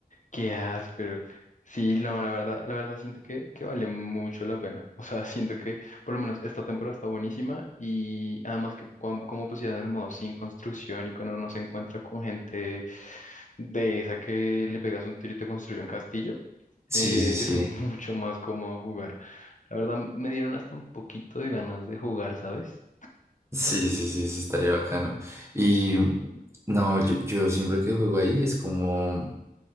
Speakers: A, on the left; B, on the right.
A: Qué áspero. Sí, no, la verdad, la verdad siento que, que vale mucho la pena. O sea, <laughs> siento que por lo menos esta temporada está buenísima y además que cuan- como pusieron el modo sin construcción y cuando uno se encuentra con gente de esa que le pegas un tiro y te construye un castillo,
B: Sí,
A: eh,
B: sí, sí.
A: es <laughs> mucho más cómodo jugar. La verdad, me dieron hasta un poquito de ganas de jugar, ¿sabes?
B: Sí, sí, sí, sí, estaría bacano. Y no, yo, yo siempre que juego ahí es como.